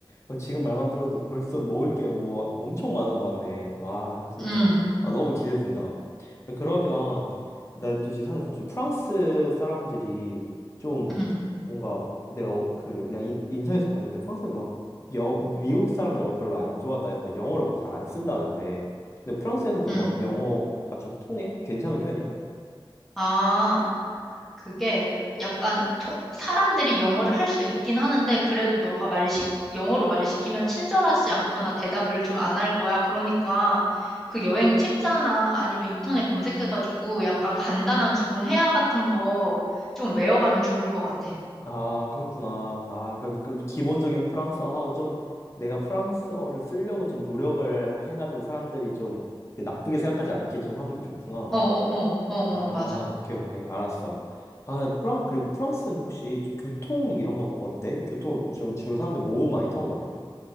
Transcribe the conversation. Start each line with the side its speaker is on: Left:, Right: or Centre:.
Left: 어, 지금 말만 들어도 벌써 먹을 게 뭐 엄청 많은 것 같네. 와, 진짜.
Centre: 음,
Left: 아, 너무 기대된다. 아, 그러면, 나 또 지금 사실 거기 프랑스 사람들이 좀
Centre: 음,
Left: 뭔가 내가 어- 그 그냥 인- 인터넷에서 봤는데 프랑스는 막 여, 미국 사람들과 별로 안 좋아한다 해서 막 영어를 막 잘 안 쓴다는데. 근데 프랑스에서도
Centre: 음.
Left: 막 영어가 좀 통해? 괜찮은 편이야?
Centre: 아. 그게 약간 토- 사람들이 영어를 할 수 있긴 하는데 그래도 너가 말 시키, 영어로 말 시키면 친절하지 않거나 대답을 좀 안 할 거야. 그러니까 그 여행 책자나 아니면 인터넷 검색해가지고 약간 간단한 기본 회화 같은 거 좀 외워가면 좋을 것 같아.
Left: 아, 그렇구나. 아, 그, 그 기본적인 프랑스어하고 좀 내가 프랑스어를 쓰려고 좀 노력을 해가지고 사람들이 좀 이렇게 나쁘게 생각하지 않게 좀 하는 게 좋구나.
Centre: 어어어 어, 어, 어, 어,
Left: 아,
Centre: 맞아.
Left: 오케이, 오케이. 알았어. 아, 프랑, 그리고 프랑스는 혹시 좀 교통 이런 건 어때? 교통 좀 주로 사람들 뭐 많이 타고 다녀?